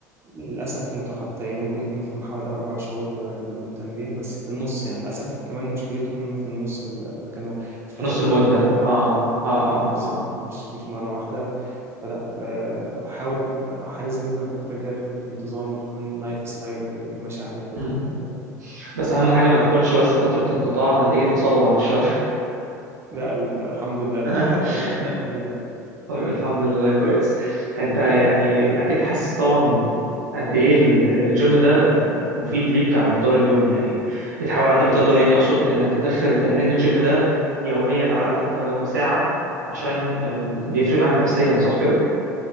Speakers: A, on the right; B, on the right.
A: للأسف متقطعين ممكن يكون فيهم حوالي أربع شهور آه، بدون تمرين بس في النص يعني للأسف كمان مشكلتهم هم في النص ال- فكانوا الفترات
B: في نص المده
A: متقطعة
B: اه اه
A: اه
B: اه
A: بالظبط
B: اه
A: مش مش مرة واحدة فلا آه، حاول آه، حريص جدا الفترة الجاية تكون بانتظام وتكون لايف ستايل وماشي عليه طول
B: مم.
A: حياتي يعني
B: بس اهم حاجه ما تكونش بس فتره انقطاع نتيجه اصابه بعد الشر
A: لا ال- الحمد لله لا
B: <laughs>
A: حتى الآن الحمد لله لا
B: طيب الحمد لله كويس انت يعني اكيد حاسس طبعا قد ايه ال- الجيم ده مفيد ليك على مدار اليوم يعني بتحاول على قد ما تقدر يعني اقصد انك تدخل تمرين الجيم ده يوميا على الاقل حتى ولو ساعة عشان أم، بيفرق معاك نفسيا صح كده؟